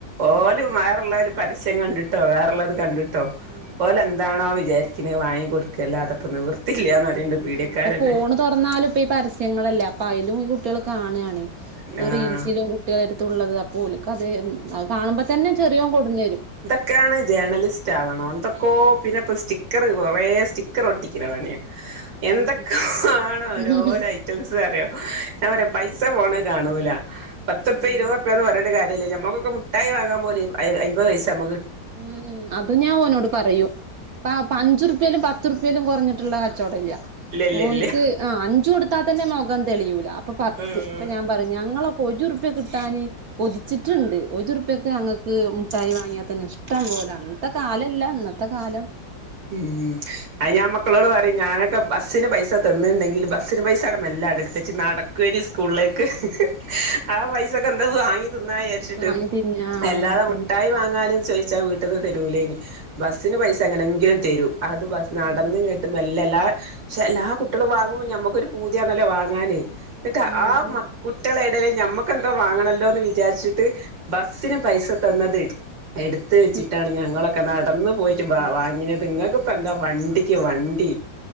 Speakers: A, on the right (about 80°); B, on the right (about 60°).
A: ഓല്
B: ഉം
A: വേറോള്ളല് പരസ്യം കണ്ടിട്ടോ വേറള്ളത് കണ്ടിട്ടോ
B: ഉം
A: ഓലെ ന്താണോ വിചാരിക്കണെ വാങ്ങി കൊടുക്കല്ലാതെ ഇപ്പോ നിവർത്തില്ല്യാന്ന് പറയണ്ട്. പീഡക്കാരന്നെ
B: ഉം ഇപ്പോ ഫോണ് തൊറന്നാലും ഇപ്പ ഈ പരസ്യങ്ങളല്ലേ അപ്പ അയലും ഈ കുട്ടികള് കാണാണെ ഈ
A: ആഹ്
B: റീൽസിലും കുട്ടികള് എടുത്തുള്ളത് അപ്പോ ഓല്ക്ക് അത് അത് കാണുമ്പോ തന്നെ ചെറിയോൻ കൊടുന്ന് വരും
A: ഇക്കാണ് ജേണലിസ്റ്റ് ആവണം എന്തൊക്കോ പിന്നെ ഇപ്പോ സ്റ്റിക്കറ് കൊറെ സ്റ്റിക്കർ ഒട്ടിക്കണ പണിയാ എന്തൊക്കെ
B: ആഹ്
A: ആണോ ഓരോരോ
B: ആഹ്
A: ഐറ്റംസ് അറിയോ ഞാൻ പറയ പൈസ പോണ കാണൂല. പത്തുർപ്പ്യ
B: ഉം
A: ഇരുപതുർപ്പ്യാന്ന് പറഞ്ഞിട്ട് കാര്യമല്ല ഞമ്മക്കൊക്കെ മുഠായി വാങ്ങാൻ പോല് അയ്പത് പൈസ നമ്മു
B: ഉം അത് ഞാൻ ഓന്നോട് പറയൂ ഇപ്പൊ പഞ്ചുർപ്പ്യേലും പത്തുൻപ്പ്യേലും കൊറഞ്ഞിട്ടുള്ള കച്ചവടം ഇല്ല
A: ഇല്ല
B: ഓന്ക്ക്
A: ഇല്ല
B: ആഹ് അഞ്ചു കൊടുത്താ തന്നെ മുഖം തെളിയൂല അപ്പോ പത്ത്
A: ഉം
B: ഇപ്പൊ ഞാൻ പറയും ഞങ്ങളൊക്കെ ഒരു ഉറുപ്യ കിട്ടാന് കൊതിച്ച് ട്ട്ണ്ട് ഒരുർപ്പ്യക്ക് ഞങ്ങക്ക് മുട്ടായി വാങ്ങിയാ തന്നെ ഇഷ്ടം പോലെ അങ്ങനത്തെ കാലല്ല ഇന്ന ത്തക്കാലം
A: ഉം അത് ഞാൻ മക്കളോട് പറയും ഞാനക്കെ ബസ്സിന് പൈസ തന്നുണ്ടെങ്കിലും ബസ്സിന് പൈസ അവടെ മെല്ല അവടെ എടുത്തെച്ച് നടക്കുവേനി സ്കൂളിലേക്ക് ആ പൈസക്ക് എന്തേം വാങ്ങി തിന്ന വിചാ ച്ചിട്ട്
B: വാങ്ങി തിന്നാ
A: അല്ലാതെ
B: അങ്ങനെ
A: മുട്ടായി
B: തന്നെ
A: വാങ്ങാനും ചോദിച്ചാ വീട്ട ട്ട്ന്ന് തരൂലേനി ബസിന് പൈസ എങ്ങനെങ്കിലും തരും അത് ബസ് നടന്നിങ്ങട്ട്
B: ഉം
A: മെല്ലെ എല്ലാ പക്ഷെ എല്ലാ കുട്ടികളും വാങ്ങുമ്പോ ഞമ്മക്കൊരു പൂതിയാണല്ലോ വാങ്ങാന് എന്നിട്ട്
B: ഉം
A: ആ മ കുട്ട്യേള എടേല് ഞമ്മക്കെന്തോ വാങ്ങണല്ലോന്ന് വിചാരിച്ചിട്ട് ബസ്സിന് പൈസ തന്നത് എടു ത്ത് വെച്ചിട്ടാണ്
B: ഉം
A: ഞങ്ങളൊക്കെ നടന്ന് പോയിട്ട്
B: ഉം
A: വാങ്ങിനത് നിങ്ങക്കിപ്പ എന്താ വണ്ടിക്ക് വണ്ടി